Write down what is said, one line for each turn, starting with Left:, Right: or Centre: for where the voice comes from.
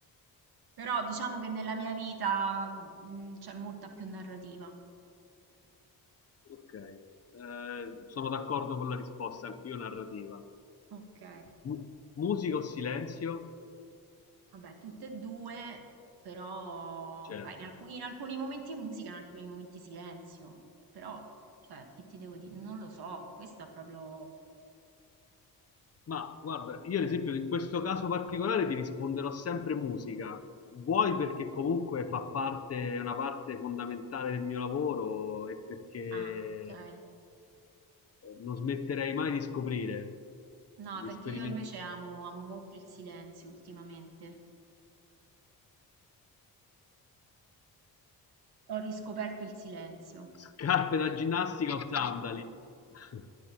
Right: Però diciamo che nella mia vita mm, c'è molta più narrativa.
Left: Ok, eh, sono d'accordo con la risposta, anch'io narrativa.
Right: Ok,
Left: Mu- musica o silenzio?
Right: vabbè, tutte e due, però
Left: Certo.
Right: poi in alcu- in alcuni momenti musica, in alcuni momenti silenzio. Però, cioè, che ti devo dire? Non lo so, questo è proprio...
Left: Ma guarda, io ad esempio in questo caso particolare ti risponderò sempre musica. Vuoi perché comunque fa parte, è una parte fondamentale del mio lavoro e perché eh,
Right: Ah, ok.
Left: non smetterei mai di scoprire,
Right: No,
Left: di
Right: perché
Left: sperimentare.
Right: io invece amo, amo molto il silenzio ultimamente. Ho riscoperto il silenzio.
Left: Scarpe da ginnastica o sandali? <laughs>